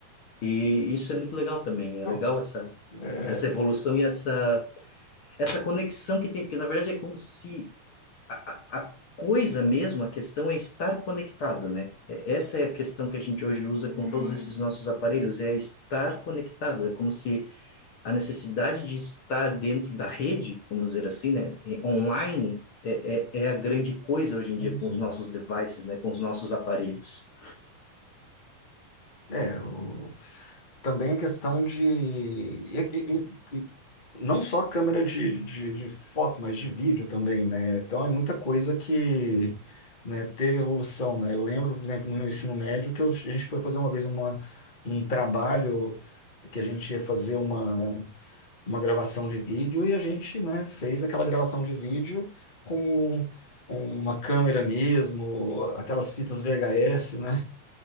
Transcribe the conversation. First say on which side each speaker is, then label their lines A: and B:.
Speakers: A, on the left (about 50°); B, on the left (about 25°).
A: E isso é muito legal também.
B: Não,
A: É legal essa,
B: É,
A: essa evolução e essa, essa conexão que tem, porque na verdade é como se a, a- a coisa mesmo, a questão é estar conectado, né? É- Essa é a questão que a gente hoje usa com todos esses nossos aparelhos, é estar conectado. É como se a necessidade de estar dentro da rede, vamos dizer assim, né? e- Online. É, é, é a grande coisa hoje em
B: deve
A: dia com
B: ser.
A: os nossos devices, né? Com os nossos aparelhos.
B: é, o- também a questão de. e- e- e- e não só câmera de, de, de foto, mas de vídeo também, né? Então é muita coisa que, né, teve evolução, né? Eu lembro, por exemplo, no meu ensino médio, que eu- a gente foi fazer uma vez uma, um trabalho que a gente ia fazer uma. uma gravação de vídeo e a gente, né, fez aquela gravação de vídeo com uma câmera mesmo, aquelas fitas VHS, né?